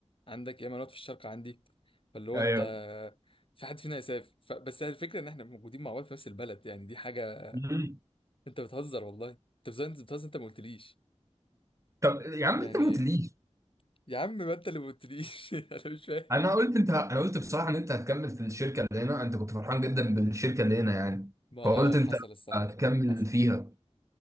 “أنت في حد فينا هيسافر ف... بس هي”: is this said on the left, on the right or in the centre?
Left